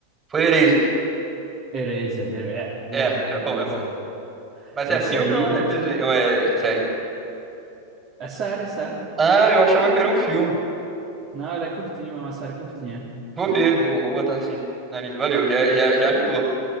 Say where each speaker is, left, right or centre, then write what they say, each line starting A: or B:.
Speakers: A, on the right (about 20°); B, on the right (about 35°).
A: foi Erased.
B: Eraser, é, boa,
A: É, é
B: Eraser.
A: bom, é bom. Mas
B: Esse
A: é filme
B: aí
A: ou é desenho? Ou é série?
B: é série, é série.
A: Ah, eu achava que era um filme.
B: Não, ela é curtinha, é uma série curtinha.
A: Vou ver, vou, vou botar assim na lista. Valeu, já, já, já ajudou.